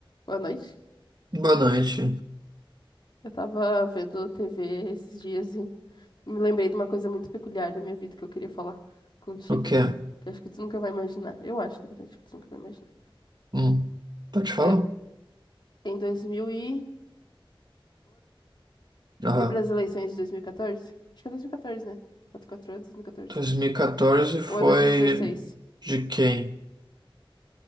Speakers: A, on the left; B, on the right.
A: Boa noite.
B: Boa noite.
A: Eu tava vendo TV esses dias e me lembrei de uma coisa muito peculiar da minha vida que eu queria falar contigo.
B: O quê?
A: Que acho que tu nunca vai imaginar. Eu acho, na verdade, que tu nunca vai imaginar.
B: Hum, pode
A: Que
B: falar?
A: eu- em 2014,
B: Ah,
A: lembra das eleições de 2014? Acho que é 2014, né? Quatro, quatro anos, 2014.
B: 2014 foi
A: Ou é 2016?
B: de quem?